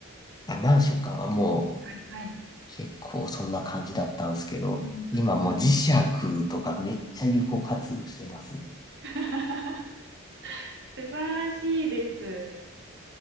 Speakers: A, on the left; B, on the right.
A: あ、マンションかはもう
B: はい、はい。
A: 結構そんな感じだったんですけど、
B: うん、
A: 今もう磁石とかめっちゃ有効活用してます。
B: うん、うん。<laughs> 素晴らしいです。